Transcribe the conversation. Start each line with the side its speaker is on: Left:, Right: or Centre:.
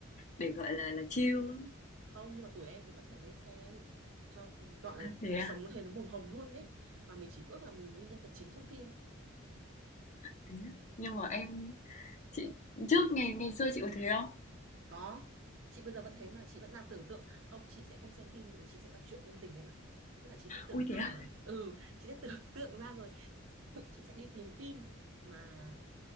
Left: để gọi là là chill á.
Right: không nhưng mà tuổi em thì vẫn phải nên xem cho gọi là
Left: Thế
Right: cuộc
Left: à?
Right: sống nó thấy nó màu hồng luôn ấy mà mình chỉ ước là mình như nhân vật chính trong phim ấy.
Left: Thế á. Nhưng mà em Chị trước ngày ngày xưa chị có thế không?
Right: có chị bây giờ vẫn thế mà chị vẫn đang tưởng tượng không chị sẽ không xem phim mà chị sẽ đọc truyện ngôn tình em ạ tức là chị sẽ tưởng
Left: ui thế
Right: tượng
Left: à?
Right: là ừ chị sẽ tưởng tượng ra rồi <laughs> chị sẽ đi tìm phim mà